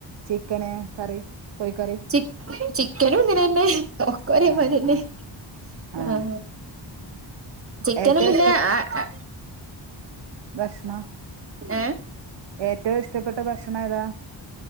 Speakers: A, on the right; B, on the right.
A: ചിക്കന് കറി കോഴിക്കറി
B: ച്ചിക് ച്ചിക് <unintelligible> ഇങ്ങനെന്നെ ഒക്കെ ഒരേമതിരിനെ
A: ആഹ് ആഹ് ആഹ്
B: ആ ചിക്കനും
A: ഏറ്റവും
B: പിന്നെആ ആ
A: ഭക്ഷ്ണം
B: ഏഹ്
A: ഏറ്റവും ഇഷ്ടപ്പെട്ട ഭക്ഷണേതാ